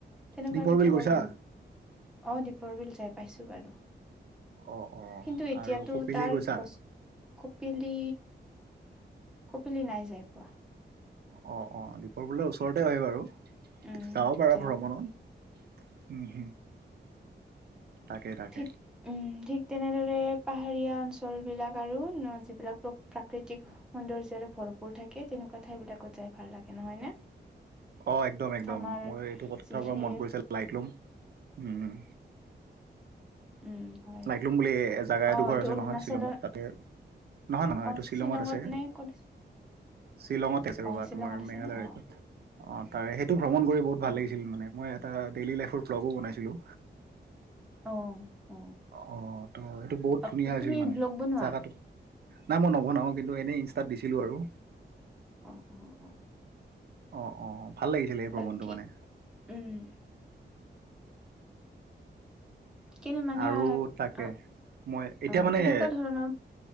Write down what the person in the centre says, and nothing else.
তেনেকুৱা
কেতিয়াবা
মন অ, দ্বীপৰ বিল যাই পাইছো বাৰু।
কিন্তু এতিয়াতো
তাৰ
গছ কপিলি। কপিলি নাই যাই পোৱা।
উম
যাই
পোৱা
ঠিক উম, ঠিক তেনেদৰে পাহাৰীয়া অঞ্চলবিলাক আৰু যিবিলাক প্ৰ, প্ৰাকৃতিক। সৌন্দ্যৰে ভৰপুৰ থাকে তেনেকুৱা ঠাই বিলাকত যাই ভাল লাগে নহয় নে।
আমাৰ
যিখিনি
উম হয়
অ
এইটো
অৰুণাচলৰ
অ
নে ক'ত
অ শ্বিলঙত
আছে
ন অ
অ
অ, অ
অ
তুমি
ব্লগ বনোৱা
অ অ অ
বাকী
উম, কেনে মানে
অ
অ
কেনেকুৱা ধৰণৰ